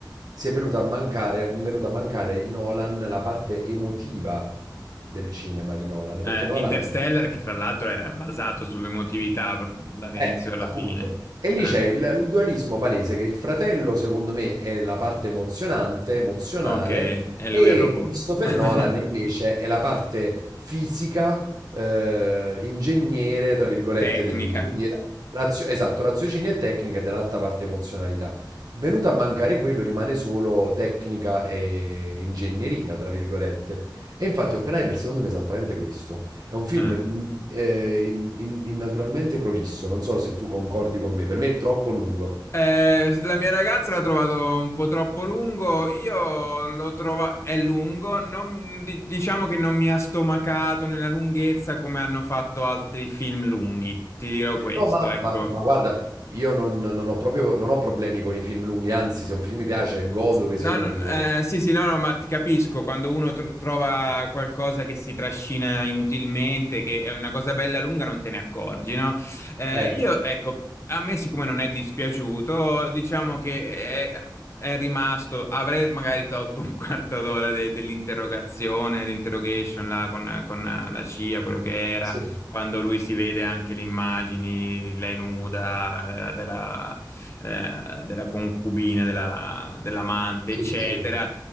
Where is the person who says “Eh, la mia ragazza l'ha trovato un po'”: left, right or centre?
Left